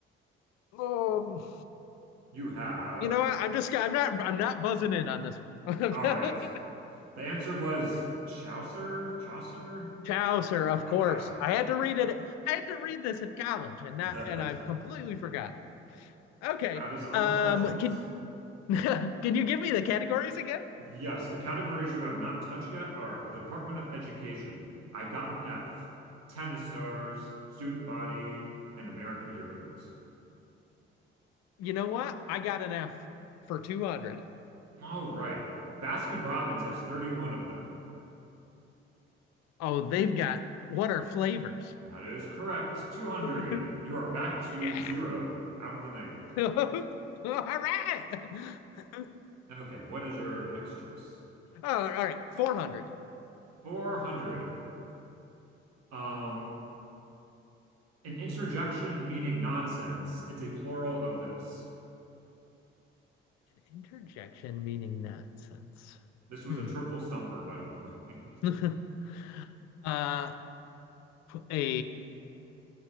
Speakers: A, on the left; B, on the right.
A: Um,
B: You have.
A: you know, what? I'm just, I'm not, I'm not buzzing in on this one. <laughs>
B: All right. The answer was Chaucer? Chaucer?
A: Chaucer, of
B: Oh,
A: course.
B: Chaucer.
A: I had to read it. I had to read this at college, and
B: <laughs>
A: that and I've completely forgotten. Okay.
B: That is unfortunate.
A: Um. Can <laughs> can you give me the categories again?
B: Yes, the categories you have not touched yet are Department of Education, I Got an F, Tennis Stars, Student Body, and American Heroes.
A: You know what? I got an F for two hundred.
B: All right. Baskin-Robbins has 31 of them.
A: Oh, they've got what are flavors?
B: That is correct. 200.
A: <laughs>
B: You are back to
A: yeah.
B: zero, out of the negative.
A: <laughs> all right. <laughs> oh,
B: Okay, what is your next choice?
A: all right. Four hundred.
B: 400. Um, an interjection meaning nonsense. It's a plural of this.
A: An interjection meaning nonsense.
B: This was
A: Hmm.
B: a triple stumper, by the <laughs> way.
A: <laughs> uh, A